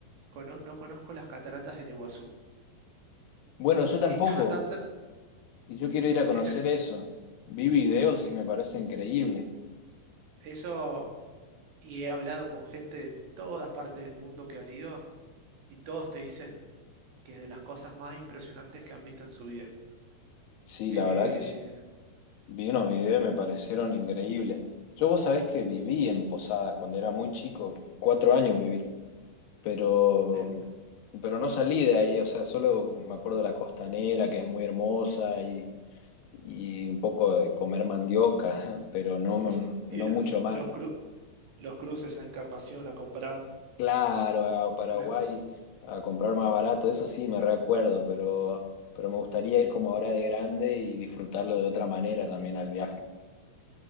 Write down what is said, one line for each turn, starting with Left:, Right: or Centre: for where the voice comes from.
Right: Cono- no conozco las cataratas del Iguazú.
Left: Bueno, yo tampoco.
Right: Y estaban tan cerca.
Left: Y yo quiero ir a conocer
Right: Ese es un...
Left: eso. Vi videos
Right: Y
Left: y me parece increíble.
Right: eso... Y he hablado con gente de todas partes del mundo que han ido. y todos te dicen que es de las cosas más impresionantes que han visto en su vida.
Left: Sí,
Right: Eh,
Left: la verdad que sí. Vi unos videos y me parecieron increíbles. Yo vos sabés que viví en Posadas cuando era muy chico, cuatro años viví, pero,
Right: el-
Left: pero no salí de ahí, o sea, solo me acuerdo de la costanera, que es muy hermosa, y, y un poco de comer mandioca, <laughs> pero no,
Right: <laughs>
Left: no
Right: y lo-
Left: mucho más.
Right: los, cru- los cruces a Encarnación a comprar.
Left: Claro, a Paraguay
Right: ¿No?
Left: a comprar más barato, eso sí me recuerdo, pero, pero me gustaría ir como ahora de grande y disfrutarlo de otra manera también al viaje.